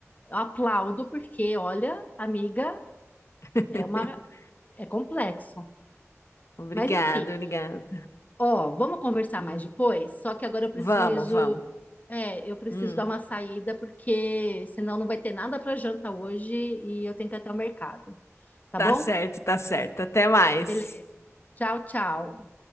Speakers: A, on the left; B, on the left.
A: aplaudo porque, olha, amiga,
B: <laughs>
A: é uma é complexo.
B: Obrigado,
A: Mas enfim,
B: obrigado.
A: ó, vamos conversar mais
B: Hum.
A: depois. Só que agora eu preciso,
B: Vamos, vamos.
A: é, eu preciso
B: Hum,
A: dar uma saída porque senão não vai ter nada para janta hoje e eu tenho que ir até o mercado, tá
B: tá
A: bom?
B: certo, tá certo. Até mais.
A: Beleza. Tchau, tchau.